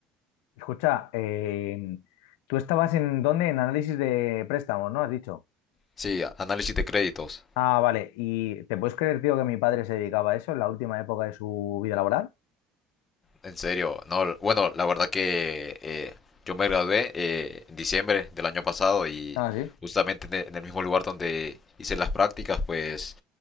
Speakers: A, on the left; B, on the left.
A: Escucha, eh, tú estabas en dónde? En análisis de préstamos, ¿no? Has dicho.
B: Sí, análisis de créditos.
A: Ah, vale. ¿Y te puedes creer, tío, que mi padre se dedicaba a eso en la última época de su vida laboral?
B: En serio, no, bueno, la verdad que eh, yo me gradué eh, en diciembre del año pasado y
A: Ah, sí.
B: justamente en e- en el mismo lugar donde hice las prácticas, pues,